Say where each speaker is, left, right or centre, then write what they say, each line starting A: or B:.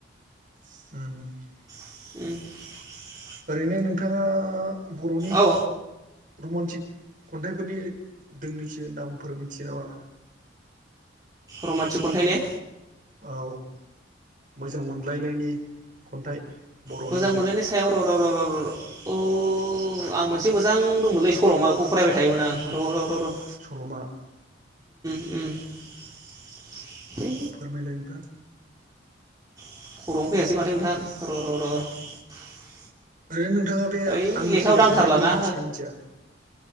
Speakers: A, on the right; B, on the right.
A: <inaudible>
B: <inaudible>
A: ओरैनो नोंथाङा बर'नि
B: औ
A: रमान्टिक। खन्थाइफोरनि दोंनैसो नामफोर मोनथियो नामा।
B: रमान्टिक एखन्थाइ ने।
A: औ मोजां मोनलायनायनि खन्थाइ। बर'नि
B: मोजां मोनलायनायनि सायाव र' र' र' र' र' र' औ। आं मोनसे मोजां दंमोनलै सलमा बेखौ फरायबाय थायोमोन आं र' र' र' र।
A: सल'मा।
B: <inaudible>
A: फोरमायलानो फा।
B: खर'आवनो फैयासै माथो नोंथां र' र' र'।
A: ओरैनो नोंथाङा बे
B: ओइ
A: आंनि
B: लेखायाव
A: खैना
B: दांथारलाना
A: खन्थाइखौ मिथिगोना मिथिया।